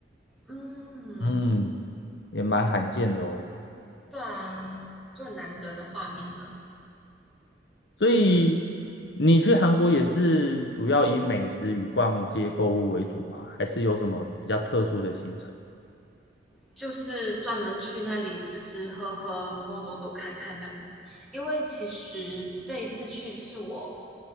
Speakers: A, in the centre; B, on the left (about 65°).
A: 嗯，
B: 嗯，也蛮罕见的哦。
A: 对啊，就很难得的画面了。
B: 所以你去韩国也是主要以美食与逛街购物为主吗？还是有什么比较特殊的行程？
A: 就是专门去那里吃吃喝喝，然后走走看看这样子。因为其实这一次去是我